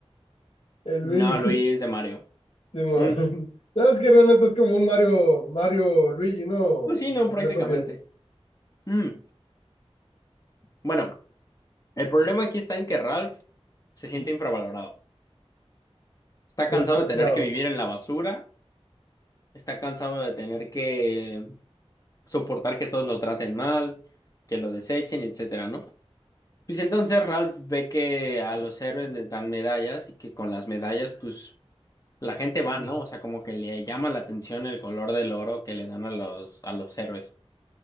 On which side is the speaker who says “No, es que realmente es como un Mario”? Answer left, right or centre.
Left